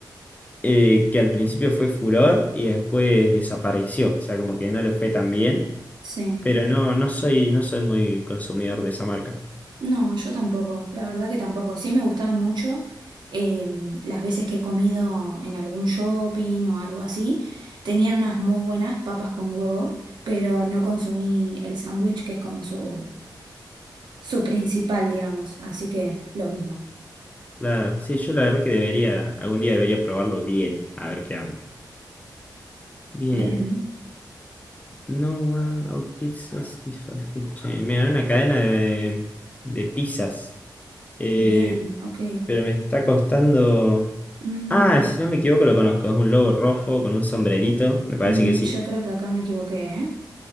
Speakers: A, on the left; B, on the right.
A: eh, que al principio fue furor y después desapareció. O sea, como que no le fue tan bien.
B: sí.
A: Pero no, no soy, no soy muy consumidor de esa marca.
B: No, yo tampoco, la verdad que tampoco. Sí me gustaban mucho eh, las veces que he comido en algún shopping o algo así. Tenían unas muy buenas papas con huevo, pero no consumí el sándwich que es como su, su principal, digamos. Así que lo mismo.
A: Claro, sí, yo la verdad que debería, algún día debería probarlo bien, a ver qué onda. Bien.
B: Bien,
A: No one out pizzas is fast food chain. Mira, era una cadena de, de pizzas. Eh,
B: bien, ok.
A: pero me está costando.
B: Mm,
A: Ah, si no me equivoco, lo conozco. Es un lobo rojo con un sombrerito. Me parece
B: mm,
A: que sí.
B: yo creo que acá me equivoqué, ¿eh?